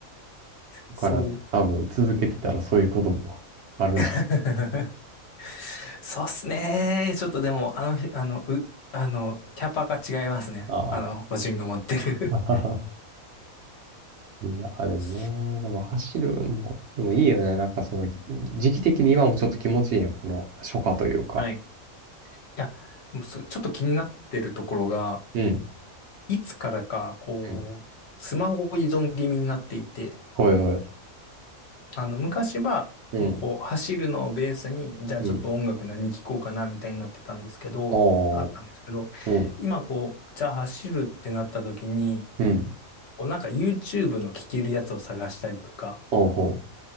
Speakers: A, on the right; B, on the left.
A: だから多分続けてたらそういうこともあるんじ
B: そう。<laughs> そうっすね。ちょっとでも、あの日、あの、う、あの、キャパが違いますね。
A: ゃん。ああ。
B: あの、個人が持ってる。
A: <laughs> いや、でもね、
B: <laughs>
A: でも走るも、でもいいよね。なんかその、時期的に今もちょっと気持ちいいやん、この初夏というか。
B: はいいや、もうそちょっと気になってるところが、
A: うん。
B: いつからか、こう、
A: うん。
B: スマホ依存気味になっていて、
A: ほいほい。
B: あの、昔は、
A: うん。
B: もうこう、走るのをベースに、じゃあちょっと音楽何聴こうかな、
A: うん。
B: みたいになってたんですけど、
A: おー。
B: あったんですけど、
A: うん。
B: 今こう、じゃあ走るってなった時に、
A: うん。
B: こうなんか YouTube の聴けるやつを探したりとか、
A: ほうほ